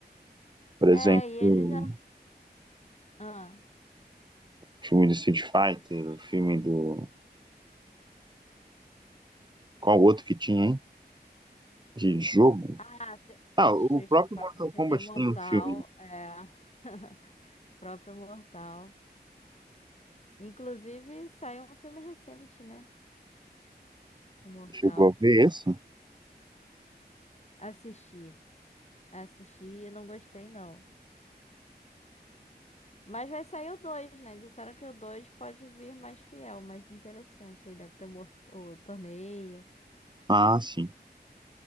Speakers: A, on the right; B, on the left.
A: Por exemplo,
B: É, e ele já. Ah,
A: filme do Street Fighter, o filme do. Qual outro que tinha, hein? De jogo?
B: ah te-
A: Ah,
B: tem
A: o
B: Street
A: próprio
B: Fighter,
A: Mortal Kombat
B: tem Mortal,
A: tem um filme.
B: é. <laughs> Próprio Mortal. Inclusive, saiu um filme recente, né? Este Mortal.
A: Chegou a ver esse?
B: Assisti. Assisti e não gostei, não. Mas vai sair o 2, né? Disseram que o 2 pode vir mais fiel, mais interessante. Aí deve ter o, mor- o torneio.
A: Ah, sim.